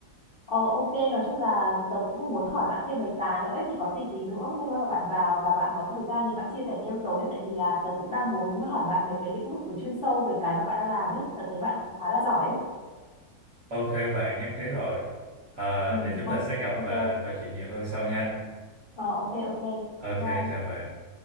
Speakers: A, on the left (about 45°); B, on the right (about 55°).
A: Ờ ok, nói chung là tớ cũng muốn hỏi bạn thêm mấy cái nữa ấy, thì có gì tí nữa nếu mà bạn vào và bạn có thời gian thì bạn chia sẻ thêm tớ nhé tại vì là tớ cũng đang muốn hỏi bạn mấy cái lĩnh vực về chuyên sâu về cái mà bạn đang làm ấy, tớ thấy bạn cũng khá là giỏi ấy.
B: Ok bạn nhất trí rồi. À,
A: Ừ,
B: vậy chúng
A: ô-
B: ta sẽ gặp
A: ok,
B: và trò chuyện nhiều hơn sau nha.
A: ờ, ok ok,
B: Ok
A: bye bye.
B: chào bạn.